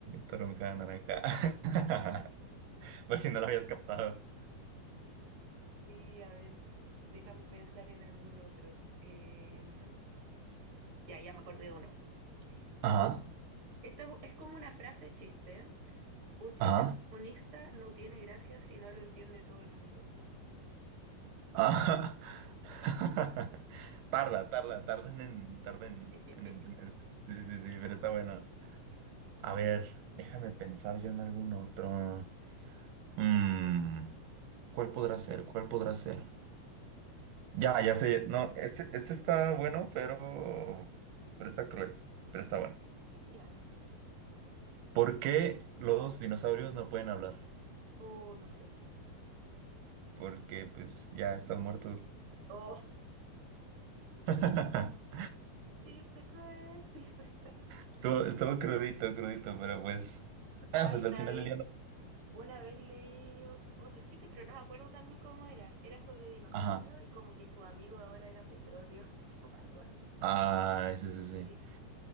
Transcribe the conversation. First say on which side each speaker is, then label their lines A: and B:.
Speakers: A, on the right (about 70°); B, on the right (about 40°).
A: toronja, naranja. <laughs> Por si no lo habías captado.
B: Sí, a ver, déjame pensar en algún otro. Em, ya, ya me acordé de uno.
A: Ajá,
B: U- Esta es, es como una frase chiste. Un chiste
A: ajá,
B: comunista no tiene gracia si no lo entiende todo el mundo.
A: <laughs> ajá. <laughs> Tarda, tarda, tarda en, tarda en,
B: <laughs>
A: en entenderse. Sí, sí, sí, pero está bueno. A ver, déjame pensar yo en algún otro. Mm, ¿cuál podrá ser? ¿Cuál podrá ser? Ya, ya
B: Ah,
A: sé.
B: bueno.
A: No, este, este está
B: Ya,
A: bueno, pero, pero está cruel. Pero está bueno.
B: Ya.
A: ¿Por qué los dinosaurios no pueden hablar?
B: Oh, no sé.
A: Porque pues ya están muertos.
B: Oh, <laughs>
A: <laughs>
B: chiste cruel, chiste.
A: Estuvo, estuvo crudito, crudito, pero pues...
B: Ay,
A: Ah, pues
B: una
A: al final
B: vez,
A: del día
B: una vez leí o- otro chiste, pero no me acuerdo también cómo era. Era sobre dinosaurios
A: no.
B: y como que su amigo ahora era petróleo <laughs> o algo así.
A: Ay, sí, sí,
B: Qué
A: sí.
B: triste.